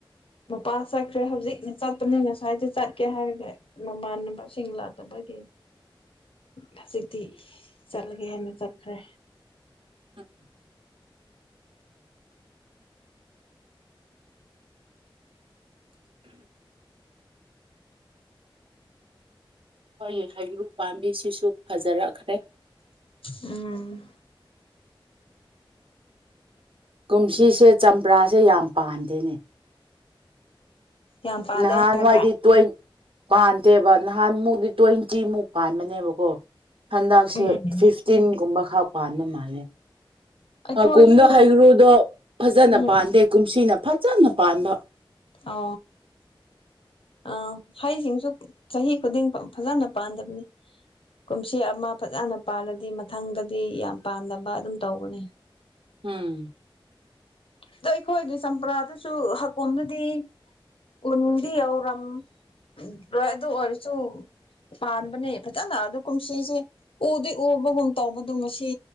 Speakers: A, on the left; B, on the right.
A: ꯃꯄꯥ ꯆꯠꯈ꯭ꯔꯦ ꯍꯧꯖꯤꯛꯅ ꯆꯠꯄꯅꯤꯅ ꯉꯁ꯭ꯋꯥꯏꯗ ꯆꯠꯀꯦ ꯍꯥꯏꯔꯒꯦ ꯃꯃꯥꯟꯅꯕꯁꯤꯡ ꯂꯥꯛꯅꯕꯒꯤ ꯍꯧꯖꯤꯛꯇꯤ ꯆꯠꯂꯒꯦ ꯍꯥꯏꯅ ꯆꯠꯈ꯭ꯔꯦ
B: ꯎꯝ ꯑꯩꯈꯣꯏꯒꯤ ꯍꯩꯒ꯭ꯔꯨ ꯄꯥꯝꯕꯤꯁꯤꯁꯨ ꯐꯖꯔꯛꯈ꯭ꯔꯦ
A: ꯎꯝ
B: ꯀꯨꯝꯁꯤꯁꯦ ꯆꯝꯄ꯭ꯔꯥꯁꯦ ꯌꯥꯝ ꯄꯥꯟꯗꯦꯅꯦ
A: ꯌꯥꯝ ꯄꯥꯜꯂꯦ
B: ꯅꯍꯥꯟꯋꯥꯏꯗꯤ
A: ꯍꯥꯏꯕ
B: ꯇꯣ ꯄꯥꯟꯗꯦꯕ ꯅꯍꯥꯟꯃꯨꯛꯇ ꯇ꯭ꯋꯦꯟꯇꯤ ꯃꯨꯛ ꯄꯥꯟꯕꯅꯦꯕꯀꯣ ꯍꯟꯗꯛꯁꯦ
A: ꯎꯝ
B: ꯐꯤꯐ ꯇꯤꯟꯒꯨꯝꯕ ꯈꯔ ꯄꯥꯟꯕ ꯃꯥꯜꯂꯦ
A: ꯑꯩꯈꯣꯏꯁꯨ
B: ꯃꯀꯨꯝꯗꯣ ꯍꯩꯒ꯭ꯔꯨꯗꯣ ꯐꯖꯅ
A: ꯎꯝ
B: ꯄꯥꯟꯗꯦ ꯀꯨꯝꯁꯤꯅ ꯐꯖꯅ ꯄꯥꯟꯕ
A: ꯑ ꯑ ꯍꯩꯁꯤꯡꯁꯨ ꯆꯍꯤ ꯈꯨꯗꯤꯡ ꯐꯖꯅ ꯄꯥꯟꯗꯕꯅꯤ ꯀꯨꯝꯁꯤ ꯑꯃ ꯐꯖꯅ ꯄꯥꯜꯂꯗꯤ ꯃꯊꯪꯗꯗꯤ ꯌꯥꯝ ꯄꯥꯗꯅꯕ ꯑꯗꯨꯝ ꯇꯧꯕꯅꯦ
B: ꯎꯝ
A: ꯑꯗꯣ ꯑꯩꯈꯣꯏꯒꯤ ꯆꯝꯄ꯭ꯔꯥꯗꯨꯁꯨ ꯍꯀꯝꯗꯨꯗꯤ ꯎꯟꯗꯤ ꯌꯧꯔꯝꯣꯏ ꯑꯗꯨ ꯑꯣꯏꯔꯁꯨ ꯄꯥꯟꯕꯅꯦ ꯐꯖꯅ ꯑꯗꯨ ꯀꯨꯝꯁꯤꯁꯦ ꯎꯗꯤ ꯎꯕꯒꯨꯝ ꯇꯧꯕꯗꯣ ꯉꯁꯤ